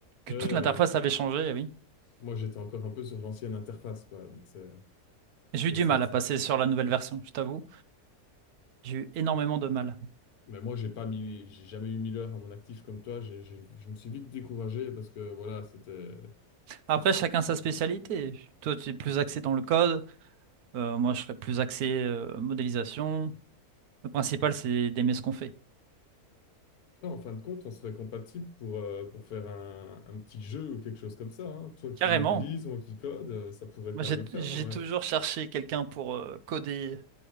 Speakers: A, on the right; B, on the left.
A: que
B: ouais,
A: toute l'interface
B: ben,
A: avait changé, eh oui.
B: moi j'étais encore un peu sur l'ancienne interface, quoi. Donc c'est,
A: J'ai
B: c'est,
A: eu du
B: c'est-
A: mal à passer sur la nouvelle version, je t'avoue. J'ai eu énormément de mal.
B: Mais moi j'ai pas mis, j'ai jamais eu 1000 heures à mon actif comme toi. J'ai, j'ai- je me suis vite découragé parce que voilà, c'était.
A: Après, chacun sa spécialité. Toi, tu es plus axé dans le code, euh, moi, je serais plus axé euh, modélisation. Le principal, c'est d'aimer ce qu'on fait.
B: Là, en fin de compte, on serait compatible pour, euh, pour faire un, un petit jeu ou quelque chose comme ça. hein. Toi qui
A: Carrément.
B: modélise, moi qui code, euh, ça pourrait
A: Moi,
B: quand
A: j'ai
B: même le faire
A: j'ai
B: en vrai.
A: toujours cherché quelqu'un pour euh, coder